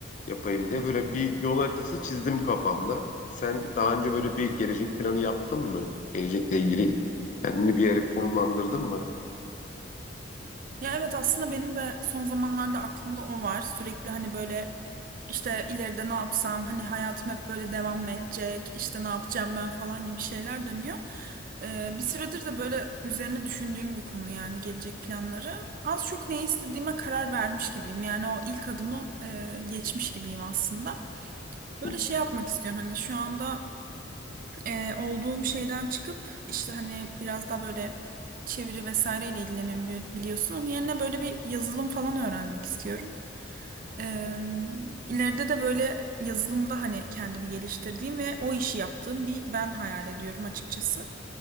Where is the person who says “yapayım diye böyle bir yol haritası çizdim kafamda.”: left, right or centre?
Left